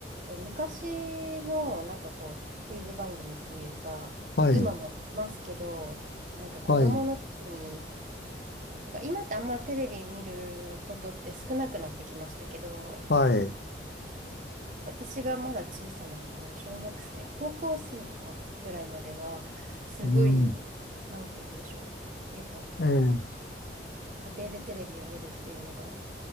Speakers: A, on the right (about 45°); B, on the left (about 65°).
A: 昔のなんかこうクイズ番組っていうか今もありますけどなんか子供の時に
B: はい、はい、
A: なんか今ってあんまテレビ見ることって少なくなってきましたけど
B: はい。
A: 私がまだ小さな頃小学生高校生とかまぐらいまではすごい
B: うん、
A: なんて言うんでしょうやっぱ
B: ええ、
A: 家庭でテレビを見るっていうのが